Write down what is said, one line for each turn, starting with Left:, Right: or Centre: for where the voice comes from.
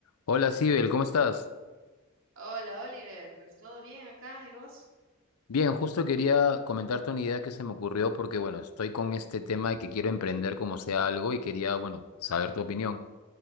Left: Hola, Sibel, ¿cómo estás?
Right: Hola Oliver, pues todo bien acá, ¿y vos?
Left: Bien, justo quería comentarte una idea que se me ocurrió porque, bueno, estoy con este tema de que quiero emprender como sea algo y quería, bueno, saber tu opinión.